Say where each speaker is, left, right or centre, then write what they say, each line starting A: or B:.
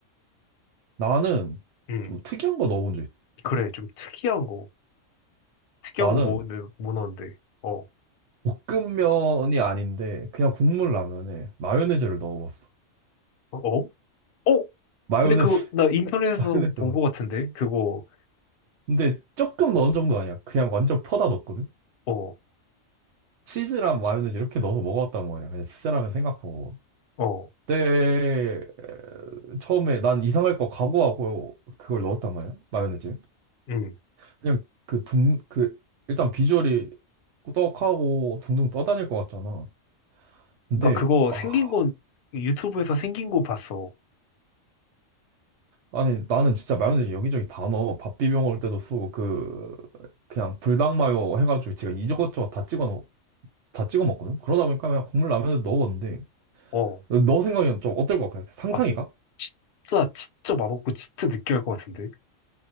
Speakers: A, on the right; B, on the left.
A: 나는
B: 응.
A: 좀 특이한 거 넣어본 적 있어.
B: 그래, 좀 특이한 거. 특이한
A: 나는
B: 거 먹었는데, 뭐 넣었는데. 어,
A: 볶음면이 아닌데 그냥 국물 라면에 마요네즈를 넣어봤어.
B: 어? 어? 어?
A: 마요네즈,
B: 근데 그거, 나 인터넷에서
A: <laughs> 마요네즈.
B: 본
A: 넣었어.
B: 거 같은데? 그거,
A: 근데 조금 넣은 정도 아니야. 그냥 완전 퍼다 넣었거든?
B: 어,
A: 치즈랑 마요네즈 이렇게 넣어서 먹어봤단 말이야. 그냥 치즈라면 생각하고.
B: 어,
A: 그때 처음에 난 이상할 거 각오하고 그걸 넣었단 말이야. 마요네즈.
B: 응.
A: 그냥 그 둥, 그 일단 비주얼이 꾸덕하고 둥둥 떠다닐 것 같잖아. 근데
B: 나 그거
A: 아,
B: 생긴 건, 유튜브에서 생긴 거 봤어.
A: 아니 나는 진짜 마요네즈 여기저기 다 넣어. 밥 비벼 먹을 때도 쓰고 그 그냥 불닭 마요 해가지고 제가 이것저것 다 찍어 넣, 다 찍어 먹거든. 그러다 보니까 그냥 국물 라면에 넣어봤는데
B: 어.
A: 너 생각엔 좀 어떨 것 같아? 상상이가?
B: 아, 진짜, 진짜 맛없고, 진짜 느끼할 것 같은데?